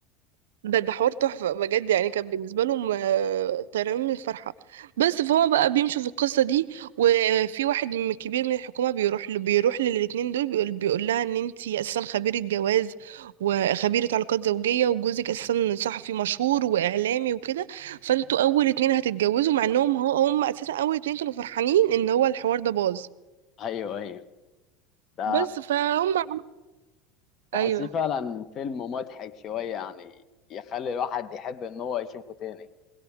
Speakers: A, on the right; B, on the left.
A: ده ده حوار تحفة بجد يعني كان بالنسبة لهم آه، طيران من الفرحة بس فهو بقى بيمشوا في القصة دي وفي واحد من كبير من الحكومة بيروح له بيروح للاتنين دول بيقول, بيقول لها ان انتي اساسا خبيرة جواز وخبيرة علاقات زوجية وجوزك اساسا صحفي مشهور واعلامي وكده فانتوا اول اتنين هتتجوزوا مع انهم هو هم اساسا اول اتنين كانوا فرحانين ان هو الحوار ده باظ
B: ايوه ايوه ده
A: بس فهم عم-
B: تحسيه
A: ايوه
B: فعلا فيلم مضحك شويه يعني يخلي الواحد يحب ان هو يشوفه تاني